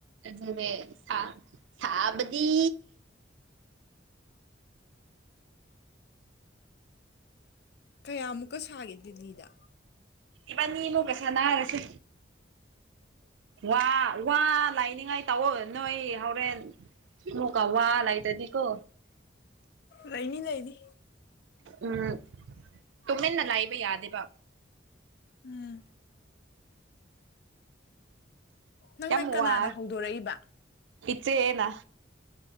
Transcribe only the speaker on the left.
ꯀꯌꯥꯃꯨꯛꯀ ꯁꯥꯒꯦ ꯗꯦꯜꯂꯤꯗ
ꯂꯩꯅꯤ ꯂꯩꯅꯤ
ꯎꯝ ꯅꯪꯅ
ꯀꯅꯥꯅ ꯍꯧꯗꯣꯔꯛꯏꯕ